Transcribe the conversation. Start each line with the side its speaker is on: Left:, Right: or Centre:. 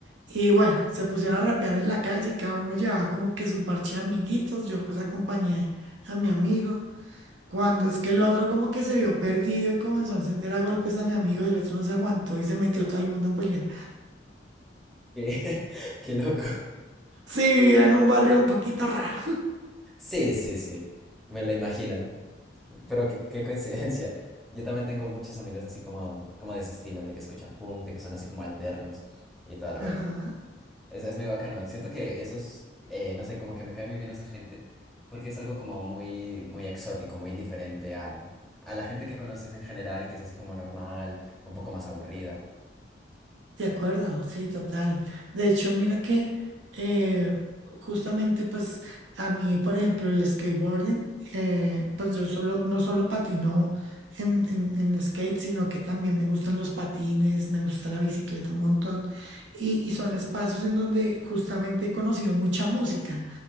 Right: y bueno, se pusieron a rapear en la calle y cada uno llevaba como que su parche de amiguitos. Yo pues acompañé a mi amigo. Cuando es que el otro como que se vio perdido y comenzó a encender a golpes a mi amigo y el otro no se aguantó y se metió todo el mundo a pelear.
Centre: <laughs> Qué, qué loco.
Right: Sí, vivía en un barrio un poquito raro.
Centre: Sí, sí, sí, me lo imagino, pero qué, qué coincidencia. Yo también tengo muchos amigos así como, como de ese estilo, de que escuchan punk, de que son así como alternos y toda la vuelta.
Right: <laughs> Ajá.
Centre: Es, es muy bacano. Siento que esos, eh, no sé, como que me cae muy bien esa gente, porque es algo como muy, muy exótico, muy diferente a, a la gente que conoces en general, que es así como normal, un poco más aburrida.
Right: De acuerdo, sí, total. De hecho, mira que eh, justamente pues a mí, por ejemplo, el skateboarding, eh, pues yo solo, no solo patino en, en, en skate, sino que también me gustan los patines, me gusta la bicicleta un montón. Y, y son espacios en donde justamente he conocido mucha música,